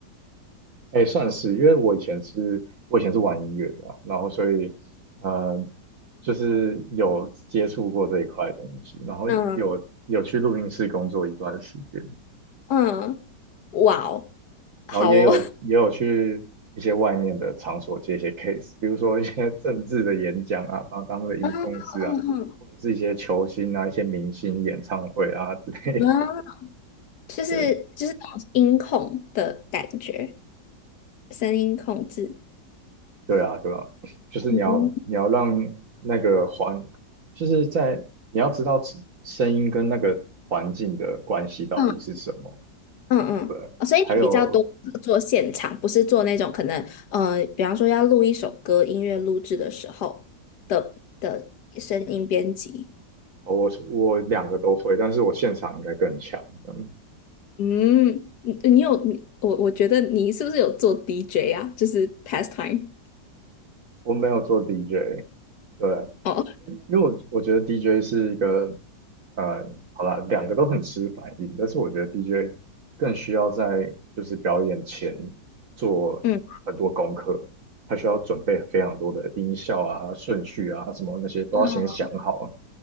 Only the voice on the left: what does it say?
嗯嗯，哇哦，好哦，
<laughs>
嗯嗯嗯
嗯，就是就是那种音控的感觉，
声音控制。
嗯，
嗯嗯嗯，
哦所以你比较多是做现场，
不是做那种可能，呃，比方说要录一首歌，音乐录制的时候的的声音编辑。
嗯，你你有你我我觉得你是不是有做 DJ 啊？就是 pastime。
哦，
嗯
嗯，